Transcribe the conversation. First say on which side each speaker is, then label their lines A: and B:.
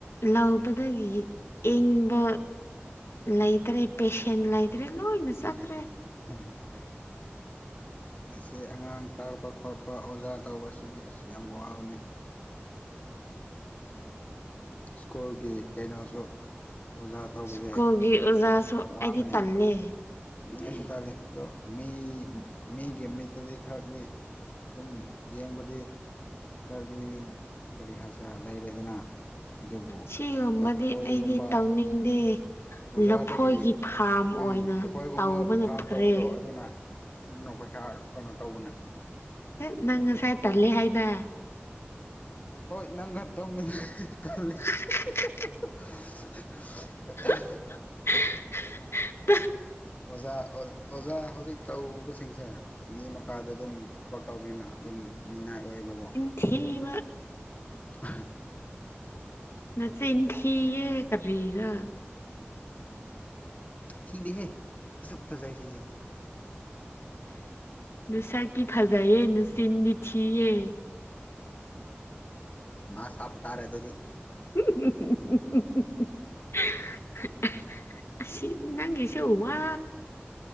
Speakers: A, on the left; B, on the left.
A: ꯂꯧꯕꯗꯒꯤ ꯌꯦꯡꯕ ꯂꯩꯇ꯭ꯔꯦ ꯄꯦꯁꯦꯟ ꯂꯩꯇ꯭ꯔꯦ ꯂꯣꯏꯅ
B: <unintelligible>
A: ꯆꯠꯈ꯭ꯔꯦ
B: ꯑꯁꯤ ꯑꯉꯥꯡ ꯇꯥꯛꯄ ꯈꯣꯠꯄ ꯑꯣꯖꯥ ꯇꯧꯕꯁꯤꯗꯤ ꯑꯁ ꯌꯥꯝ ꯋꯥꯕꯅ ꯁ꯭ꯀꯨꯜꯒꯤ ꯀꯩꯅꯣꯁꯨ ꯑꯣꯖꯥ ꯇꯧꯕꯁꯦ
A: ꯁ꯭ꯀꯨꯜꯒꯤ ꯑꯣꯖꯥꯁꯨ
B: ꯌꯥꯝ ꯋꯥꯕꯅꯦ
A: ꯑꯩꯗꯤ ꯇꯜꯂꯦ
B: ꯑꯩꯁꯨ ꯇꯜꯂꯦ ꯑꯗꯣ ꯃꯤ ꯃꯤꯒꯤ ꯃꯤꯠ ꯇꯗꯤ ꯈꯔꯗꯤ ꯑꯗꯨꯝ ꯌꯦꯡꯕꯗꯤ ꯈꯔꯗꯤ ꯀꯔꯤ ꯍꯥꯏꯁꯤꯔꯥ ꯂꯩꯔꯦꯗꯅ ꯑꯗꯨꯕꯨ
A: ꯁꯤꯒꯨꯝꯕꯗꯤ
B: ꯂꯐꯣꯏꯒꯨꯝꯕ
A: ꯑꯩꯗꯤ ꯇꯧꯅꯤꯡꯗꯦ
B: ꯑꯣꯖꯥꯗꯒꯤ
A: ꯂꯐꯣꯏꯒꯤ ꯐꯥꯝ
B: ꯎꯝ
A: ꯑꯣꯏꯅ
B: ꯑꯩꯈꯣꯏꯒꯨꯝꯕ
A: ꯇꯧꯕꯅ
B: ꯐꯥꯔꯝ
A: ꯐꯔꯦ
B: ꯇꯧꯕꯗꯣ ꯑꯗꯨꯅ ꯑꯗꯨꯅ ꯄꯩꯁꯥ ꯀꯩꯅꯣ ꯇꯧꯕꯅꯦ
A: ꯍꯩꯠ ꯅꯪ
B: ꯍꯥꯏꯗꯤ
A: ꯉꯁꯥꯏ ꯇꯜꯂꯦ ꯍꯥꯏꯅ
B: ꯍꯣꯏ ꯅꯪꯒ ꯇꯧꯃꯤꯟꯅ <unintelligible>
A: <unintelligible>
B: <unintelligible>
A: <unintelligible>
B: ꯑꯣꯖꯥ ꯑꯣ ꯑꯣꯖꯥ ꯍꯧꯖꯤꯛ ꯇꯧꯕꯁꯤꯡꯁꯦ ꯃꯤ ꯑꯃꯥ ꯈꯔꯗꯤ ꯑꯗꯨꯝ ꯊꯕꯛ ꯇꯧꯕꯅꯤꯅ ꯑꯗꯨꯝ ꯃꯤꯅꯥꯏ ꯑꯣꯏꯌꯦꯕꯀꯣ
A: ꯊꯤꯕ
B: <unintelligible>
A: ꯅꯆꯤꯟ ꯊꯤꯌꯦ ꯀꯔꯤꯔ
B: ꯊꯤꯗꯦꯍꯦ ꯑꯁꯨꯛ ꯐꯖꯩ ꯁꯤꯗꯤ
A: ꯅꯁꯛꯇꯤ ꯐꯖꯩꯌꯦ ꯅꯆꯤꯡꯗꯤ ꯊꯤꯌꯦ
B: ꯃꯥ ꯁꯥꯞ ꯇꯥꯔꯦ ꯑꯗꯨꯗꯤ
A: <unintelligible> ꯑꯁꯤ ꯅꯪꯒꯤꯁꯨ ꯋꯥ